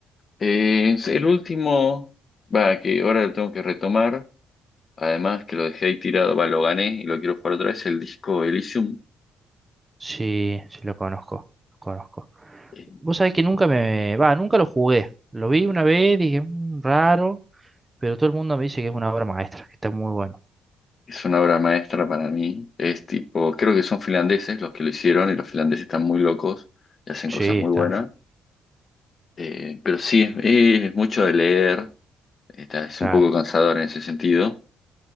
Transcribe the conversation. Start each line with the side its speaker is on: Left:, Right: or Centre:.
Left: Eh, sí, el último, va, que ahora lo tengo que retomar, además que lo dejé ahí tirado, va, lo gané y lo quiero jugar otra vez, el disco Elysium.
Right: sí, sí lo conozco, lo conozco.
Left: eh,
Right: Vos sabés que nunca me, va, nunca lo jugué. Lo vi una vez, dije, "Mm, raro, pero todo el mundo me dice que es una obra maestra, que está muy bueno.
Left: Es una obra maestra para mí. Es tipo, creo que son finlandeses los que lo hicieron y los finlandeses están muy locos y hacen
Right: Sí,
Left: cosas muy
Right: está-
Left: buenas. Eh, pero sí, es, es mucho de leer, está, es
Right: claro,
Left: un poco cansador en ese sentido,